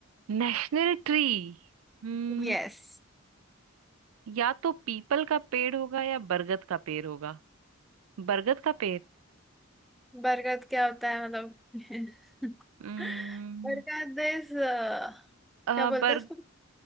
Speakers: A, on the right; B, in the centre.
A: National tree हम्म
B: यस
A: या तो पीपल का पेड़ होगा या बरगद का पेड़ होगा बरगद का पेड़
B: बरगद क्या होता है मतलब <laughs>
A: हम्म
B: बरगद इज क्या
A: अ,
B: बोलते
A: बर
B: हैं उसको